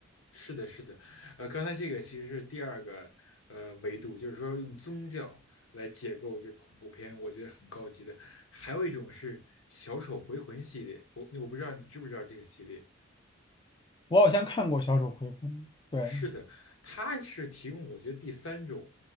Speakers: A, on the left; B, on the left.
A: 是的，是的，呃，刚才这个其实是第二个呃维度，就是说用宗教来解构这恐怖片，我觉得很高级的。还有一种是小丑回魂系列，我我不知道你知不知道这个系列，
B: 我好像看过《小丑回魂》，对
A: 是的，它是提供我觉得第三种